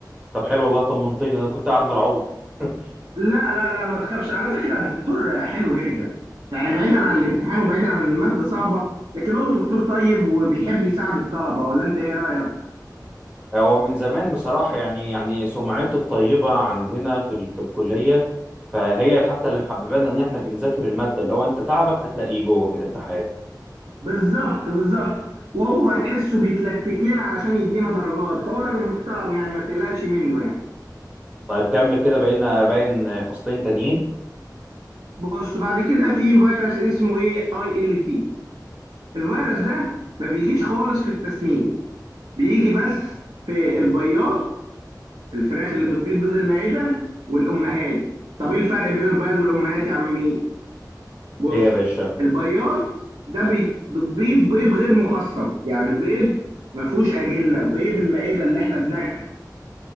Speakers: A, on the right; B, on the right.
A: طب حلو والله طمنتني انا كنت قاعد مرعوب <laughs>
B: لا لا لا ما تخافش على فكره الدكتور حلو جدا يعني بعيدا عن الامتحان وبعيدا عن الماده صعبه لكن هو الدكتور طيب وبيحب يساعد الطلبه ولا انت ايه رايك؟
A: هو من زمان بصراحة يعني يعني سمعته الطيبة عندنا في ال- في الكلية فهي حتى اللي محببانا ان احنا بنذاكر المادة اللي هو انت تعبك هتلاقيه جوه في الامتحان
B: بالظبط بالظبط وهو تحسه بيتلكك لنا علشان يدينا درجات فهو راجل محترم يعني ما تقلقش منه يعني
A: طيب كمل كده بقينا باين فصلين تانيين
B: بص بعد كده في فيروس اسمه ايه اي ال تي الفيروس ده ما بيجيش خالص في التسمين بيجي بس في البياض الفراخ اللي بتبيض بيض المعدة والأمهات طب ايه الفرق بين البياض والأمهات يا عمي بص
A: ايه يا باشا
B: البياض ده بي- بتبيض بيض غير مخصب يعني بيض ما فيهوش أجنة بيض المعدة اللي احنا بناكله